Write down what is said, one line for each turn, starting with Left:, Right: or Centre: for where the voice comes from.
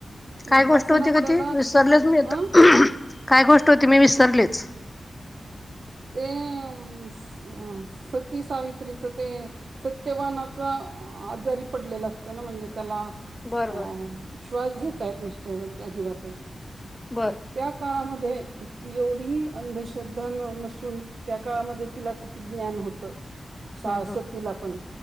Left: काय
Right: मग हा
Left: गोष्ट
Right: सण
Left: होती
Right: आपल्याला
Left: का ती विसरलेच मी आता
Right: अं
Left: काय गोष्ट होती मी विसरलेच?
Right: ते अ सती सावित्रीच ते सत्यवानाचा आजारी पडलेला असतं ना म्हणजे त्याला
Left: बर
Right: अ
Left: बर
Right: श्वास घेताय नुसतोय अजिबातच
Left: बर
Right: मग त्या काळामध्ये ती एवढीही अंधश्रद्धा न नस सून त्या काळामध्ये तिला किती ज्ञान होत. सा
Left: हम्म
Right: सतीला पण